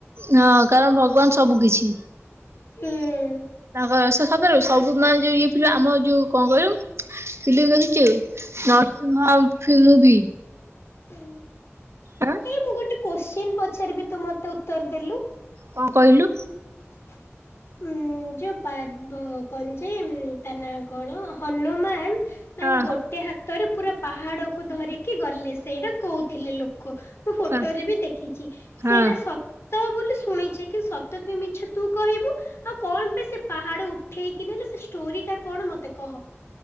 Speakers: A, on the right (about 65°); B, on the left (about 60°).
A: ହଁ କାରଣ ଭଗବାନ ସବୁ କିଛି
B: ହୁଁ।
A: ତାଙ୍କର ସ ସତରେବେ ସବୁ ମାନେ ଯୋଉ ଇଏ ଆମ ଯୋଉ କଣ କହିଲୁ ଫିଲିମ୍ ଦେଖିଚୁ ନର୍ଶିମ୍ଭା ଫିଲ୍ ମୁଭି।
B: ଉଁ।
A: ଆଁ
B: ଏଇ ମୁଁ ଗୋଟେ କୋଶ୍ଚିନ୍ ପଚାରିବି ତୁ ମତେ ଉତ୍ତର ଦେଲୁ।
A: କଣ କହିଲୁ?
B: <inaudible> ଉଁ ଯୋଉ ପାର୍ବ କ କଣ ଯେ ତା ନାଁ କଣ ହନୁମାନ୍ ତାଙ୍କ
A: ହଁ
B: ଗୋଟେ ହାତରେ ପୁରା ପାହାଡକୁୁ ଧରିକି ଗଲେ। ସେଇଟା କହୁଥିଲେ ଲୋକ। ମୁଁ ଫୋଟୋରେ
A: ହଁ
B: ବି ଦେଖିଚି।
A: ହଁ
B: ସେଇଟା ସତ ବୋଲି ଶୁଣିଚି। କିନ୍ତୁ ସତ କି ମି ଛ ତୁ କହିବୁ, ଆଉ କଣ ପାଇଁ ସେ ପାହାଡ ଉଠେଇକି ନେଲେ ସେ ଷ୍ଟୋରି ଟା କଣ ମତେ କହ।